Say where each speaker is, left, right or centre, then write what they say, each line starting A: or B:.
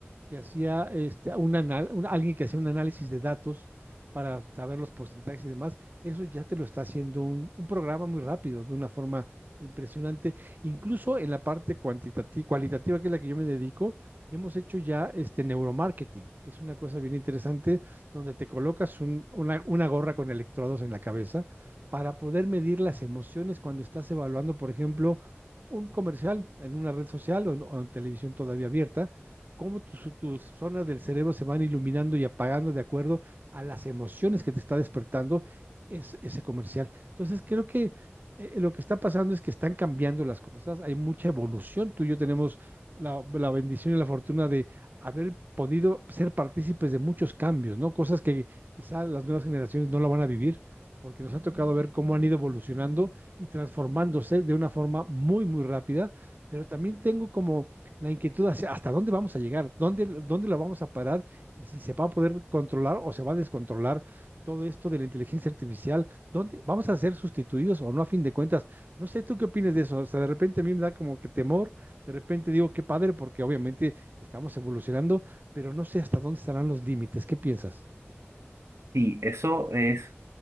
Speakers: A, on the right; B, on the right.
A: que hacía este, un, anal, un alguien que hacía un análisis de datos para saber los porcentajes y demás, eso ya te lo está haciendo un, un programa muy rápido, de una forma impresionante. Incluso en la parte cuantitativa, cualitativa, que es la que yo me dedico, hemos hecho ya este neuromarketing, que es una cosa bien interesante, donde te colocas un, una, una, gorra con electrodos en la cabeza para poder medir las emociones cuando estás evaluando, por ejemplo, un comercial en una red social o en, o en televisión todavía abierta, cómo tus, tus zonas del cerebro se van iluminando y apagando de acuerdo a las emociones que te está despertando es, ese comercial. Entonces, creo que eh, lo que está pasando es que están cambiando las cosas, hay mucha evolución. Tú y yo tenemos la, la bendición y la fortuna de haber podido ser partícipes de muchos cambios, ¿no? Cosas que quizá las nuevas generaciones no la van a vivir porque nos ha tocado ver cómo han ido evolucionando y transformándose de una forma muy, muy rápida, pero también tengo como la inquietud hacia hasta dónde vamos a llegar, dónde, dónde la vamos a parar y si se va a poder controlar o se va a descontrolar todo esto de la inteligencia artificial, dónde vamos a ser sustituidos o no a fin de cuentas. No sé tú qué opinas de eso, o sea, de repente a mí me da como que temor, de repente digo qué padre porque obviamente estamos evolucionando, pero no sé hasta dónde estarán los límites, ¿qué piensas?
B: Sí, eso es